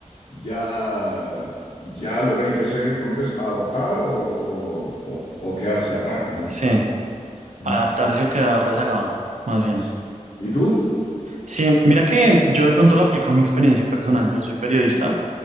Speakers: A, on the left; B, on the right.
A: ya, ya lo que hay que hacer en este momento es adoptar o, o- o- o quedarse atrás, ¿no?
B: sí.
A: Mm.
B: Adaptarse o quedar rezagado, más bien.
A: Sí. ¿Y tú?
B: Sí, mira que yo de pronto lo aplico a mi experiencia personal. Yo soy periodista
A: Mm,